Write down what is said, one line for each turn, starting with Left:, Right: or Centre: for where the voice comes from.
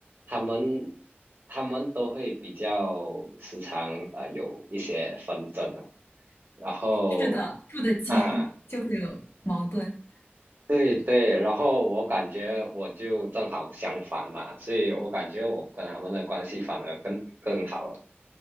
Right: 他们他们都会比较时常啊、呃有一些纷争啊，然后
Left: 是的，住得近
Right: 啊
Left: <laughs> 就会有矛盾。
Right: 对对，然后我感觉我就正好相反嘛，所以我感觉我跟他们的关系反而更更好了